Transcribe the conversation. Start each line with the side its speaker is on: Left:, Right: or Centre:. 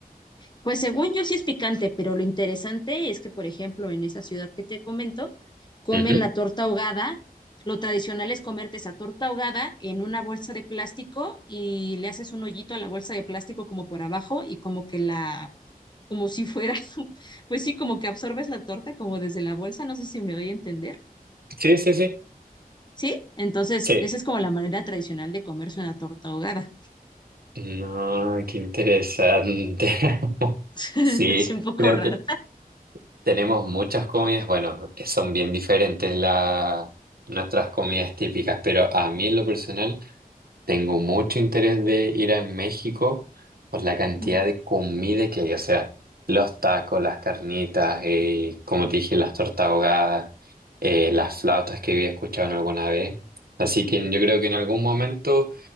Left: Pues según yo sí es picante, pero lo interesante es que, por ejemplo, en esa ciudad que te comento, comen
Right: Ujú.
Left: la torta ahogada. Lo tradicional es comerte esa torta ahogada en una bolsa de plástico y le haces un hoyito a la bolsa de plástico como por abajo y como que la, como si fuera, <laughs> pues sí, como que absorbes la torta como desde la bolsa, no sé si me voy a entender.
Right: Sí, sí, sí.
Left: ¿Sí? Entonces,
Right: Sí.
Left: esa es como la manera tradicional de comerse una torta ahogada.
Right: No, qué interesante. <laughs>
Left: <laughs>
Right: Sí,
Left: Es un poco
Right: creo
Left: raro.
Right: que Tenemos muchas comidas, bueno, son bien diferentes la- nuestras comidas típicas, pero a mí en lo personal tengo mucho interés de ir a México por la cantidad
Left: Ujú.
Right: de comida que hay, o sea, los tacos, las carnitas, eh, como te dije, las tortas ahogadas, eh, las flautas que había escuchado en alguna vez. Así que yo creo que en algún momento